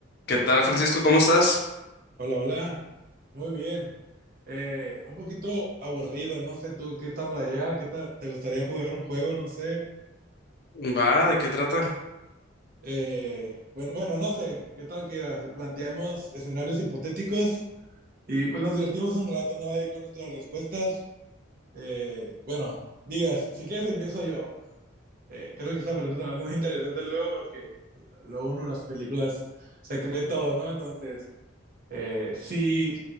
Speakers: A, on the left; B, on the right.
A: ¿Qué tal, Francisco? ¿Cómo estás?
B: Hola, hola. Muy bien. Eh, un poquito aburrido, no sé tú qué estás allá, qué tal, te gustaría jugar un juego, no sé.
A: Va, ¿de qué trata?
B: Eh, bueno, bueno, no sé, qué tal que era, si planteamos escenarios hipotéticos y pues nos divertimos un rato, ¿no? Ahí con nuestras respuestas. Eh, bueno, digas, si quieres empiezo yo. Eh, creo que esta pregunta me hace muy interesante luego porque luego uno en las películas se cree todo, ¿no? Entonces, eh, si